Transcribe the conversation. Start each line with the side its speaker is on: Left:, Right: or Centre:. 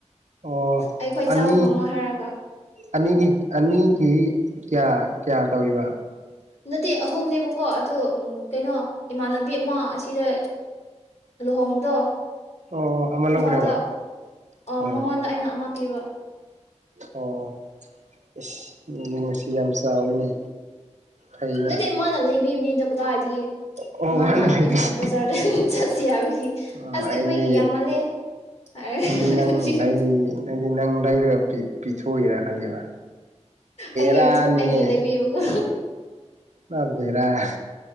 Right: ꯑꯣ
Left: ꯑꯩꯈꯣꯏ
Right: ꯑꯅꯤ
Left: ꯆꯥꯕ ꯉꯝꯃꯣꯏ ꯍꯥꯏꯔꯒ
Right: ꯑꯅꯤꯒꯤ ꯑꯅꯤ ꯀꯤꯏ ꯀꯌꯥ ꯀꯌꯥ ꯇꯧꯏꯕ
Left: ꯅꯠꯇꯦ ꯑꯍꯨꯝꯅꯦꯕꯀꯣ ꯑꯗꯨ ꯎꯝ ꯀꯩꯅꯣ ꯏꯃꯥꯟꯅꯕꯤ ꯑꯃ ꯑꯁꯤꯗ ꯂꯣꯍꯣꯡꯕꯗꯣ
Right: ꯑꯣ ꯑꯃ
Left: ꯏꯝꯐꯥꯜꯗ
Right: ꯂꯧꯈ꯭ꯔꯦꯕ
Left: ꯑ
Right: ꯑꯥ
Left: ꯃꯉꯣꯟꯗ ꯑꯩꯅ ꯑꯃ ꯄꯤꯕ
Right: ꯑꯣ ꯏꯁ ꯅꯨꯃꯨ ꯅꯨꯡꯁꯤ ꯌꯥꯝ ꯆꯥꯎꯋꯤꯅꯦ ꯐꯩꯅꯦ
Left: ꯅꯠꯇꯦ ꯃꯥꯅ ꯂꯩꯕꯤꯕꯅꯤꯗ ꯀꯗꯥꯏꯗꯤ
Right: ꯑꯣ
Left: ꯃꯥꯅ
Right: ꯂꯩꯔꯤꯁꯦ
Left: ꯏꯝ ꯑ ꯕꯖꯥꯔꯗ ꯆꯠꯁꯤ ꯍꯥꯏꯕꯒꯤ
Right: ꯑꯣ
Left: ꯑꯁ
Right: ꯑꯩꯗꯤ
Left: ꯑꯩꯈꯣꯏꯒꯤ ꯌꯥꯝꯃꯜꯂꯦ ꯍꯥꯏꯔꯒ
Right: ꯑꯩꯗꯤ ꯅꯪ
Left: <unintelligible>
Right: ꯂꯩ ꯑꯩꯗꯤ ꯅꯪ ꯂꯩꯔꯞ ꯄꯤ ꯄꯤꯊꯣꯏꯔ ꯈꯂꯤꯕ
Left: ꯑꯩꯒꯤ
Right: ꯔꯥꯅꯤꯍꯦ
Left: ꯂꯩꯕꯤꯕꯀꯣ
Right: ꯅꯕꯦꯔ ꯍ